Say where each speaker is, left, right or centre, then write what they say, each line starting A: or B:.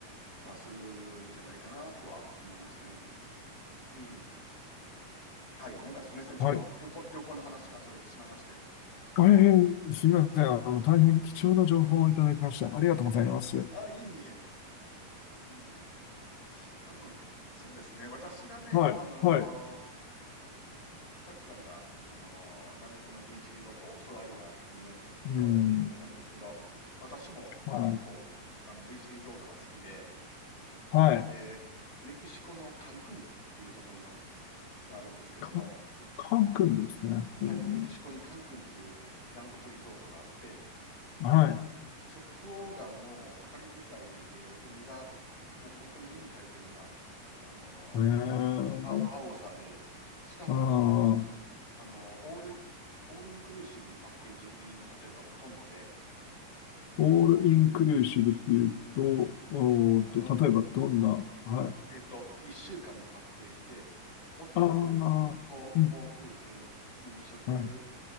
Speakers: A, on the left; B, on the left.
A: はするんじゃないかなとは思いますね。うん。はい。なんかすみません。ちょっと旅行、
B: はい。
A: 旅行の話からそれてしまいまして。
B: 大変すみません。
A: うん。
B: あの、大変貴重な情報をいただきました。
A: はい。
B: ありがとうございます。
A: あ、いえいえ。うん。あの、そうですね。私がね、
B: はい、
A: あの
B: はい。
A: ーサクさんが、あのー南国のビーチリゾート、オーストラリアにね、
B: うん、
A: 行かれたということなんですけど、私も結構、
B: はい、
A: あの、ビーチリゾートが好きで、
B: はい。
A: で、メキシコのカンクンっていうところがあるんですけども、
B: カン、カン君ですね。
A: はい、
B: うん
A: メキシコにカンクンっていう南国リゾートがあって、
B: はい。
A: そこがもうカリブ海で海がもう本当に絵に描いたような、あのー
B: えー、
A: あ青青さで、しかも、
B: あー
A: あの、オール、オールインクルーシブのパッケージのホテルがほとんどで、
B: オールインクルーシブっていうと、おーっと、
A: あの、
B: 例えばどんな、はい。
A: えっと、1週間のパッケージで、ホテル、
B: ああ、
A: 航航空券、
B: うん、
A: 飲食
B: はい、